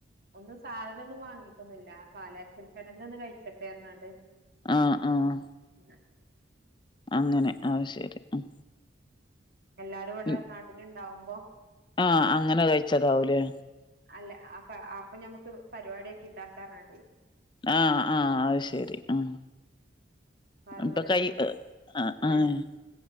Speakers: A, on the right; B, on the left.
A: ഒന്നും സാധനം ഒന്നും വാങ്ങിയിട്ടൊന്നുല്ല പാലാച്ചൽ ചടങ്ങ ന്ന് കഴിച്ചട്ടേ ന്നർഞ്ഞാണ്ട്.
B: ആഹ് ആഹ്
A: <unintelligible>
B: അങ്ങനെ അഹ് ശരി ഉം
A: എല്ലാരും ഇവടെ
B: ഉം.
A: നാട്ട്ല് ണ്ടാവുമ്പോ
B: ആഹ് അങ്ങനെ കഴിച്ചതാവുലേ?
A: അല്ല അപ്പ അപ്പ ഞമ്മക്ക് പരിപാടിക്കി ണ്ടാക്കാർഞ്ഞാണ്ടേ
B: ആഹ് ആഹ് അഹ് ശരി ആഹ്
A: ആരും
B: ഇപ്പ
A: ഇവിടെല്ല
B: കൈ
A: ഞങ്ങ
B: ഹ് ആഹ്
A: ഏഹ്